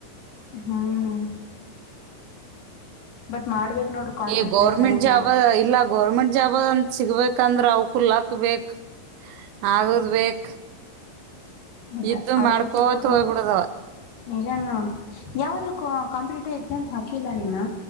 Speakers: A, on the left; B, on the right.
A: ಹ್ಮ್ ಬಟ್ ಮಾಡ್ಬೇಕ್ ನೋಡ್ರಿ ಕಾನ್ಸಂಟ್ರೇಷನ್
B: ಈ ಗೌರ್ಮೆಂಟ್
A: ಇಂದ
B: ಜಾಬ್ ಇಲ್ಲ ಗೌರ್ಮೆಂಟ್ ಜಾಬ ಅಂತ ಸಿಗ್ಬೇಕ್ ಯಕಂದ್ರ ಅವಕು ಲಕ್ ಬೇಕು ಆಗದ್ ಬೇಕು
A: ನಿಜ
B: ಇದ್ದು
A: <unintelligible>
B: ಮಾಡ್ಕೋತ ಹೋಗ್ಬಿಡೋದವ
A: ನಿಜ <unintelligible> ಯಾವುದು ಕಾಂಪಿಟೇಟಿವ್ ಎಕ್ಸಾಮ್ ಹಾಕಿಲ್ಲ ನಿನು